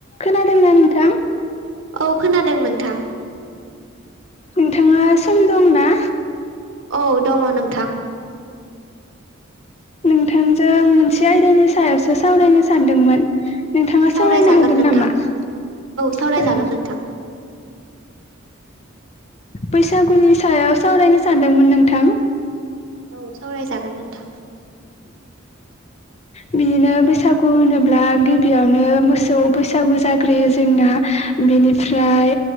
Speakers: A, on the left; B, on the right.
A: खोनादोंना नोंथां
B: औ खोनादों नोंथां
A: नोंथाङा सम दंना?
B: औ दङ नोंथां।
A: नोंथांजों मोनसे आयदानि सायावसो सावरायनो सानदोंमोन नोंथाङा
B: सावरायजागोन
A: सावरायनो हागोन
B: नोंथां
A: नामा औ
B: सावरायजागोन नोंथां
A: बैसागुनि सायाव सावरायनो सानदोंमोन नोंथां।
B: औ सावरायजागोन नोंथां।
A: बिदिनो बैसागु होनोब्ला गिबियावनो मोसौ बैसागु जाग्रोयो जोंना बेनिफ्राय